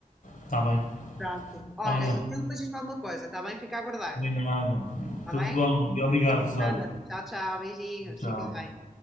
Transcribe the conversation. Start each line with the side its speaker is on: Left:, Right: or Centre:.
Left: Está bem.
Centre: Pronto. Olha,
Left: Olha,
Centre: então depois diz-me alguma coisa, está bem? Fica a aguardar.
Left: combinado.
Centre: Tá
Left: Tudo
Centre: bem?
Left: bom e obrigado,
Centre: Obrigada.
Left: Rosário.
Centre: Tchau, tchau. Beijinhos.
Left: Tchau.
Centre: Fica bem.